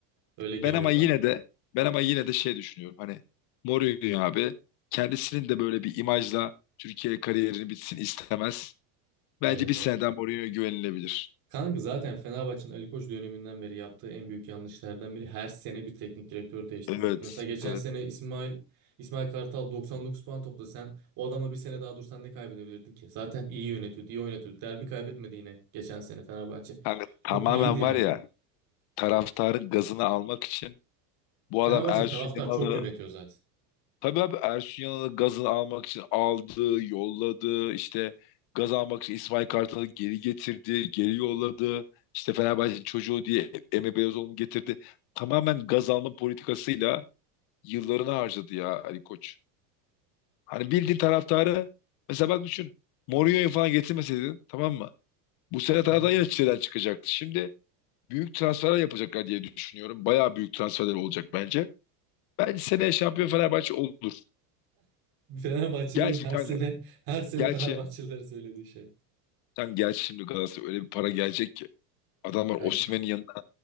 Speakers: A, on the right (about 45°); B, on the left (about 50°).
A: Öyle geliyor
B: Ben ama yine
A: bana.
B: de ben ama yine de şey düşünüyorum. Hani Mourinho abi kendisinin de böyle bir imajla Türkiye kariyerini bitsin istemez. Bence
A: Evet
B: bir seneden
A: evet.
B: Mourinho'ya güvenilebilir.
A: Kanka zaten Fenerbahçe'nin Ali Koç döneminden beri yaptığı en büyük yanlışlardan biri her sene bir teknik direktörü değiştirmekti.
B: Evet,
A: Mesela geçen
B: evet.
A: sene İsmail İsmail Kartal 99 puan topladı. Sen o adamla bir sene daha dursan ne kaybedebilirdin ki? Zaten iyi yönetiyordu, iyi oynatıyordu. Derbi kaybetmedi yine geçen sene Fenerbahçe.
B: Kanka,
A: Çok
B: tamamen
A: iyiydi yani.
B: var ya taraftarın gazını almak için bu
A: Fenerbahçe
B: adam Ersun
A: taraftar
B: Yanal'ı
A: çok yönetiyor zaten.
B: Tabii abi Ersun Yanal'ı gazını almak için aldı, yolladı. İşte gaz almak için İsmail Kartal'ı geri getirdi, geri yolladı. İşte Fenerbahçe'nin çocuğu diye Emre Belezoğlu'nu getirdi. Tamamen gaz alma politikasıyla yıllarını harcadı ya Ali Koç. Hani bildiğin taraftarı mesela bak düşün. Mourinho'yu falan getirmeseydin tamam mı? Bu sene taraftar
A: Hı hı.
B: yine çileden çıkacaktı. Şimdi büyük transferler yapacaklar diye düşünüyorum. Bayağı büyük transferler olacak bence. Bence seneye şampiyon Fenerbahçe olur.
A: Fenerbahçelilerin
B: Gerçi
A: her
B: kanka,
A: sene her sene
B: gerçi
A: Fenerbahçelilere söylediği şey.
B: Sen gel şimdi Galatasaray öyle bir para gelecek ki. Adamlar
A: Kanka,
B: Osimhen'in yanına.